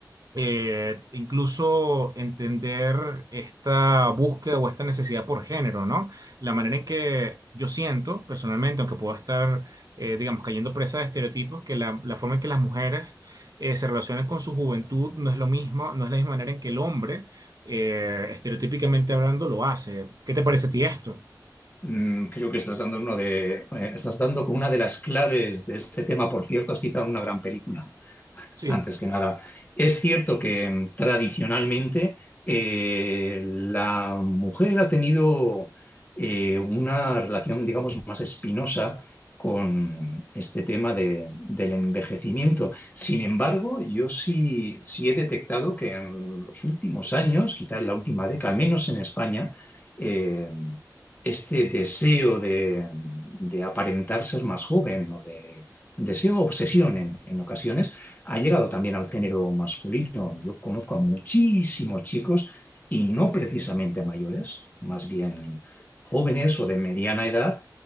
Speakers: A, on the right (about 60°); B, on the left (about 25°).
A: eh, incluso entender esta búsqueda o esta necesidad por género, ¿no? La manera en que yo siento personalmente, aunque puedo estar, eh, digamos, cayendo presa de estereotipos, que la, la forma en que las mujeres eh, se relacionan con su juventud no es lo mismo, no es la misma manera en que el hombre, eh, estereotípicamente hablando, lo hace. ¿Qué te parece a ti esto?
B: Mm, Creo que estás dando uno de, eh, estás dando con una de las claves de este tema. Por cierto, has citado una gran película
A: Sí.
B: antes que nada. Es cierto que mm, tradicionalmente eh, la mujer ha tenido eh, una relación, digamos, más espinosa con este tema de- del envejecimiento. Sin embargo, yo sí, sí he detectado que en los últimos años, quizá en la última década, al menos en España, eh, este deseo de, de aparentar ser más joven o de deseo obsesión en en ocasiones, ha llegado también al género masculino. Yo conozco a muchísimos chicos y no precisamente mayores, más bien jóvenes o de mediana edad,